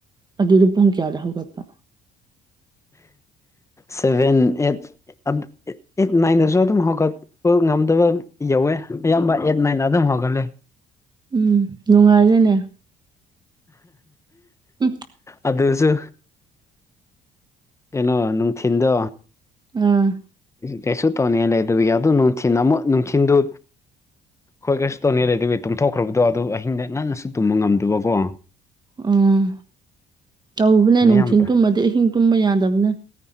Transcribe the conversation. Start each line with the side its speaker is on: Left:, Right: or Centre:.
Right: ꯑꯗꯨꯗꯤ ꯄꯨꯡ ꯀꯌꯥꯗ ꯍꯧꯒꯠꯄ
Left: ꯁꯚꯦꯟ ꯑꯩꯠ ꯑꯩꯠ ꯅꯥꯏꯟꯗꯁꯨ ꯑꯗꯨꯝ ꯍꯧꯒꯠ ꯄ ꯉꯝꯗꯕ ꯌꯧꯋꯦ ꯑꯌꯥꯝꯕ ꯑꯦꯠ ꯅꯥꯏꯟ ꯑꯗꯨꯝ ꯍꯧꯒꯠꯂꯦ
Right: ꯎꯝ ꯅꯨꯡꯉꯥꯏꯔꯦꯅꯦ ꯎꯝ
Left: ꯑꯗꯨꯁꯨ ꯀꯩꯅꯣ ꯅꯨꯡꯊꯤꯟꯗꯣ
Right: ꯑꯥ
Left: ꯀꯩꯁꯨ ꯇꯧꯅꯤꯡꯉꯥꯏ ꯂꯩꯇꯕꯒꯤ ꯑꯗꯨ ꯅꯨꯡꯊꯤꯟ ꯑꯃꯨꯛ ꯅꯨꯡꯊꯤꯟꯗꯨ ꯍꯣꯏ ꯀꯩꯁꯨ ꯇꯧꯅꯤꯉꯥꯏ ꯂꯩꯇꯕꯩ ꯇꯨꯝꯊꯣꯛꯈ꯭ꯔꯕꯗꯣ ꯑꯗꯨ ꯑꯍꯤꯡꯗ ꯉꯟꯅꯁꯨ ꯇꯨꯝꯕ ꯉꯝꯗꯕꯀꯣ
Right: ꯑꯣ ꯇꯧꯕꯅꯦ
Left: ꯃꯌꯥꯝꯇ
Right: ꯅꯨꯡꯊꯤꯟ ꯇꯨꯝꯃꯗꯤ ꯑꯍꯤꯡ ꯇꯨꯝꯕ ꯌꯥꯗꯕꯅꯦ